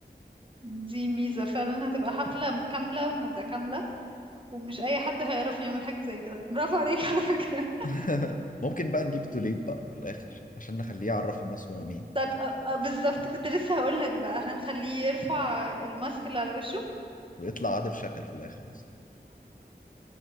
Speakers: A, on the right; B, on the left.
A: دي ميزة فعلا هتبقى حفلة م- كاملة ومتكاملة ومش أي حد هيعرف يعمل حاجة زي كده برافو عليك على فكرة <laughs>
B: <laughs> ممكن بقى نجيب توليب بقى في الآخر عشان نخليه يعرف الناس هو مين
A: أ- أ- بالظبط كنت لسه هقولك بقى هنخليه يرفع الماسك اللي على وشه
B: ويطلع عادل شكل في الآخر مثلا